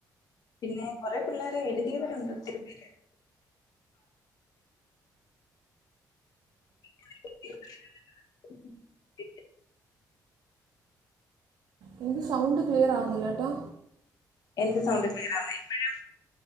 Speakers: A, on the left (about 60°); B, on the right (about 65°).
A: പിന്നെ കുറേ പിള്ളേരെ എഴുതിയവരുണ്ട് ഒത്തിരി പേര് <inaudible> <inaudible>
B: എനിക്ക് സൗണ്ട് ക്ലിയർ ആകുന്നില്ലാട്ടോ
A: എനിക്ക് സൗണ്ട് ക്ലിയർ ആവുന്നില്ല ഇപ്പഴോ